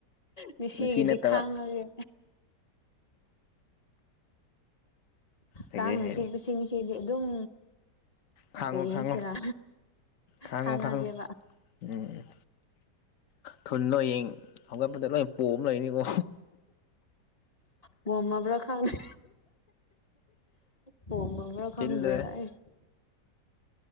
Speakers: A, on the left; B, on the left.
A: ꯉꯥꯁꯤꯒꯤꯗꯤ
B: ꯁꯤ ꯅꯠꯇꯕ
A: ꯈꯥꯡꯉꯒꯦ
B: ꯍꯩꯔꯦ
A: ꯀꯥꯡꯅ
B: ꯍꯩꯔꯦ
A: ꯆꯤꯛꯄꯁꯤꯗꯤ ꯁꯤꯗꯤ ꯑꯗꯨꯝ
B: ꯈꯥꯡꯉꯣ
A: ꯀꯔꯤ
B: ꯈꯥꯡꯉꯣ
A: ꯍꯥꯏꯁꯤꯔꯥ
B: ꯈꯥꯡꯉꯣ
A: ꯈꯥꯡꯉꯒꯦꯕ
B: ꯈꯥꯡꯉꯣ ꯎꯝ ꯊꯨꯟꯗꯣ ꯍꯌꯦꯡ ꯍꯧꯒꯠꯄꯗ ꯂꯣꯏ ꯄꯣꯝ ꯂꯩꯅꯤꯀꯣ
A: ꯄꯣꯝꯃꯥꯕ꯭ꯔꯥ ꯈꯪꯗꯦ ꯄꯣꯝꯃꯥꯕ꯭ꯔꯥ ꯈꯪꯗ꯭ꯔꯦꯗ
B: ꯆꯤꯜꯂꯦ
A: ꯑꯩ